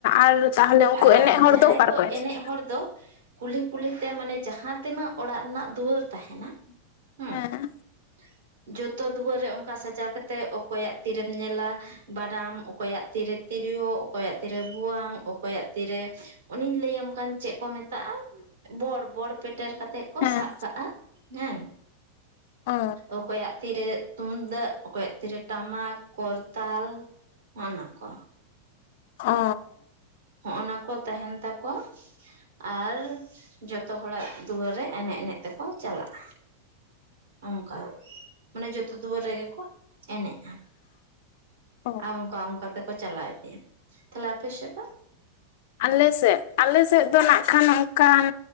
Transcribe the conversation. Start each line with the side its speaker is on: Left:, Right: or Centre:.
Left: ᱟᱨ ᱛᱟᱦᱚᱞᱮ ᱩᱱᱠᱩ
Right: ᱟᱨ
Left: ᱮᱱᱮᱡ ᱦᱚᱲ
Right: ᱡᱟᱦᱟᱸᱭ
Left: ᱫᱚ ᱚᱠᱟ
Right: ᱠᱚ
Left: ᱨᱮᱠᱚ ᱮᱱᱮᱡ ᱜᱮᱭᱟ?
Right: ᱦᱚᱲ ᱫᱚ ᱼᱼ ᱠᱩᱞᱦᱤ ᱠᱩᱞᱦᱤ ᱛᱮ ᱢᱟᱱᱮ ᱡᱟᱦᱟᱸ ᱛᱤᱱᱟᱹᱜ ᱚᱲᱟᱜ ᱨᱮᱱᱟᱜ ᱫᱩᱣᱟᱹᱨ ᱛᱟᱦᱮᱱᱟ ᱦᱩᱸ
Left: ᱦᱮᱸ
Right: ᱼᱼ ᱡᱚᱛᱚ ᱫᱩᱣᱟᱹᱨ ᱨᱮ ᱚᱱᱠᱟ ᱥᱟᱡᱟᱣ ᱠᱟᱛᱮ ᱚᱠᱚᱭᱟᱜ ᱛᱤ ᱨᱮᱢ ᱧᱮᱞᱟ ᱼᱼ ᱵᱟᱱᱟᱢ ᱚᱠᱚᱭᱟᱜ ᱛᱤᱨᱮ ᱛᱤᱨᱭᱳ, ᱚᱠᱚᱭᱟᱜ ᱛᱤᱨᱮ ᱵᱷᱩᱣᱟᱝ, ᱚᱠᱚᱭᱟᱜ ᱛᱤᱨᱮ ᱚᱱᱤᱧ ᱞᱟᱹᱭᱟᱢ ᱠᱟᱱ ᱪᱮᱫ ᱠᱚ ᱢᱮᱛᱟᱜᱼᱟ? ᱠᱷᱚᱲ ᱵᱚᱲ ᱯᱮᱴᱮᱨ ᱠᱟᱛᱮᱜ ᱠᱚ
Left: ᱦᱮᱸ
Right: ᱥᱟᱵ ᱠᱟᱜᱼᱟ, ᱦᱮᱸ
Left: ᱚ
Right: ᱚᱠᱚᱭᱟᱜ ᱛᱤᱨᱮ ᱛᱩᱢᱫᱟᱜ, ᱚᱠᱚᱭᱟᱜ ᱛᱤᱨᱮ ᱴᱟᱢᱟᱠ, ᱠᱚᱨᱛᱟᱞ, ᱚᱱᱟ ᱠᱚ᱾
Left: ᱚᱻ
Right: ᱦᱚᱸᱜ ᱱᱟ ᱠᱚ ᱛᱟᱦᱮᱸᱱ ᱛᱟᱠᱚᱣᱟ ᱟᱨ ᱡᱷᱚ ᱛᱚ ᱦᱚᱲᱟᱜ ᱫᱩᱣᱟᱹᱨ ᱨᱮ ᱮᱱᱮᱡ ᱮᱱᱮᱡ ᱛᱮᱠᱚ ᱪᱟᱞᱟᱜᱼᱟ ᱚᱱᱠᱟ ᱾ ᱢᱟᱱᱮ ᱡᱷᱚᱛᱚ ᱫᱩᱣᱟᱹᱨ ᱨᱮᱜᱮ ᱠᱚ ᱮᱱᱮᱡᱼᱟ ᱾
Left: ᱚ
Right: ᱟᱨ ᱚᱱᱠᱟ ᱚᱝᱠᱟ ᱛᱮᱠᱚ ᱪᱟᱞᱟᱣ ᱤᱫᱤᱭᱟ᱾ ᱛᱟᱞᱦᱮ ᱟᱯᱮ ᱥᱮᱫ ᱫᱚ?
Left: ᱟᱞᱮ ᱥᱮᱫ ᱟᱞᱮ ᱥᱮᱫ ᱫᱚ ᱱᱟᱸᱜ ᱠᱷᱟᱱ ᱚᱱᱠᱟᱱ